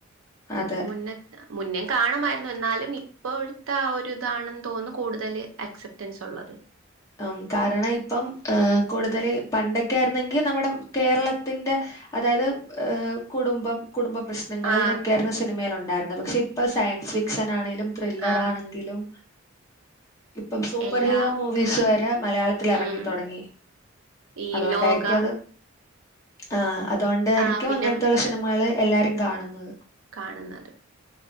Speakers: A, on the left (about 15°); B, on the right (about 80°).
A: അതെ
B: മുന്നത്തെ മുന്നേ കാണുമായിരുന്നു എന്നാലും ഇപ്പോഴത്തെ ആ ഒരു ഇതാണെന്ന് തോന്നുന്നു കൂടുതൽ അക്സെപ്റ്റൻസ് ഉള്ളത്
A: ആഹ് കാരണം ഇപ്പം കൂടുതൽ പണ്ടൊക്കെ ആയിരുന്നെങ്കിൽ നമ്മുടെ കേരളത്തിന്റെ അതായത് കുടുംബം കുടുംബ പ്രശ്ന പ്രശ്നങ്ങൾ
B: ആഹ്
A: ഇതൊക്കെയായിരുന്നു സിനിമയിയില ഉണ്ടായിരുന്നത് പക്ഷെ ഇപ്പോ സയൻസ് ഫിക്ഷൻ ആണെങ്കിലും ത്രില്ലറ
B: ആഹ്
A: ആണെങ്കിലും ഇപ്പം സൂപ്പർ
B: എല്ലാം
A: ഹീറോ മോ സ്വര മലയാളത്തിൽ ഇറങ്ങി
B: ഉം
A: തുടങ്ങി
B: ഈ
A: അതുകൊണ്ടായിരിക്കും
B: ലോക
A: അത് ആഹ് അതോണ്ടായിരിക്കും
B: ആഹ് പിന്നെ
A: അങ്ങനത്തുള്ള സിനിമകള് എല്ലാരും കാണുന്നത്
B: കാണുന്നത്